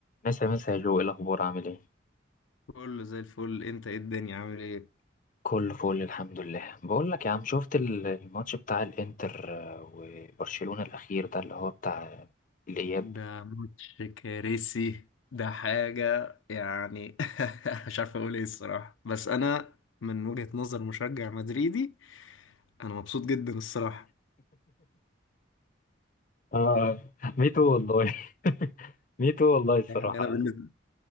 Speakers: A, on the left (about 40°); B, on the left (about 85°).
A: مسا مسا يا جو إيه الاخبار عامل ايه
B: كله زي الفل انت ايه الدنيا عامل ايه
A: كله فل الحمد لله بقول لك يا عم شفت ال- الماتش بتاع الانتر آه، وبرشلونة الاخير ده اللي هو بتاع الاياب
B: ده ماتش كارثي ده حاجة يعني <laughs> مش عارف اقول ايه الصراحة بس انا من وجهة نظر مشجع مدريدي انا مبسوط جدا الصراحة
A: اه ميتو والله <laughs> ميتو والله الصراحة
B: يعني انا بالنسبة